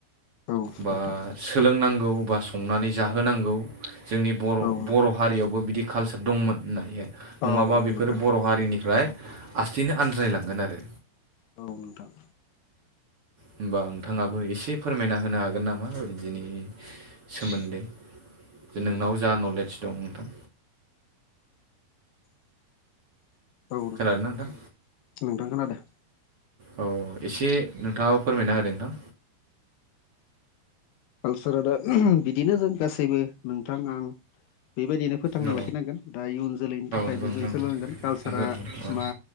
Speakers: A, on the left; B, on the right.
A: औ
B: बा
A: नोंथां
B: सोलों गौ संनानै जाहो नांगौ जोंनि बर'
A: औ
B: बर' हारियावबो बिदि कालसार दंमोन होननानैहाय नङाबा
A: औ
B: बेफोरो
A: नोंथां
B: बर' हारिनिफ्राय लासैनो आनज्रायलांगोन आरो
A: औ नोंथां।
B: होमबा नोंथाङाबो एसे फोरमायना होनो हागोन नामा बिदिनि सोमोन्दै? नोंनाव जा नलेज दं नोंथां।
A: <inaudible> नोंथां
B: खोनादोंना नोंथां
A: नोंथां खोनादों
B: औ एसे नोंथाङाबो फोरमायना होदो नोंथां
A: कालसारा दा बिदिनो जों गासैबो नोंथां आं। बेबायदिनो फोथांना
B: औ
A: लाखिनांगोन दा इयुन जोलैनि थाखायबो
B: नंगौ
A: जों
B: नोंथां
A: सोलोंनांगोन कालसारा
B: नंगौ नंगौ औ
A: मा